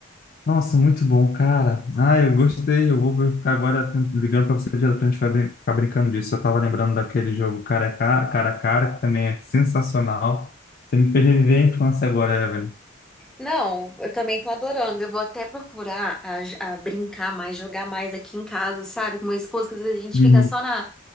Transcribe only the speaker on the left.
Nossa, muito bom, cara. Ah, eu gostei. Eu vou ficar agora ligando para você direto pra gente vai brin- ficar brincando disso. Eu tava lembrando daquele jogo cara a cara, cara a cara, que também é sensacional. Você me fez viver a infância agora, Evelyn.
Uhum.